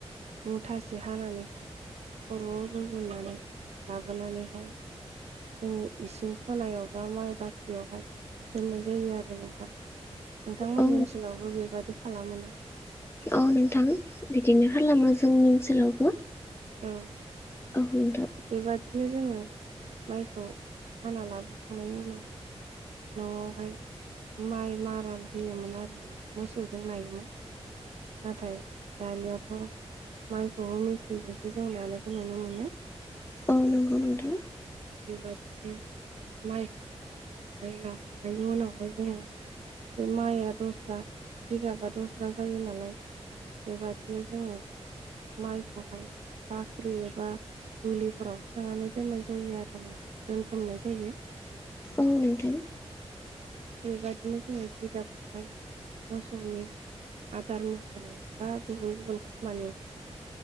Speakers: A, on the right; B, on the left.
A: मुथासे हानानैहाय खर'आव रुजुननानै लाबोनानैहाय जोङो इसिं खनायाव बा माइ बाख्रियावहाय दोननाय जायो आरो नोंथां नोंथांमोननि
B: औ
A: ओनसोलावबो बेबादि खालामोना?
B: औ नोंथां बिदिनो खालामो जोंनि ओनसोलावबो
A: औ
B: औ। नोंथां
A: बेबादिनो जोङो माइखौ हाना लाबोखांनायनि उनावहाय न'आवहाय माइ मारा होयोमोन आरोना मोसौजों नायोमोन नाथाय दानियाथ' माइखौबो मेचिनजोंसो जों नानायखौ नुनो मोनो
B: औ नंगौ नोंथां
A: बेबादिनो माइखौहाय नाखांनायनि उनावहाय जोङो बे माइआ दस्रा जिगाबा दस्रा जायो नालाय बेबादिनो जोङो माइखौहाय बाख्रि एबा दुलिफोराव सोनानै दोननाय जायो आरो दोनथुमनाय जायो।
B: औ नोंथां
A: बेबादिनो जोङो जिगाबखौहाय मोसौनि आदार महरै बा गुबुन गुबुन खामानियाव जोङो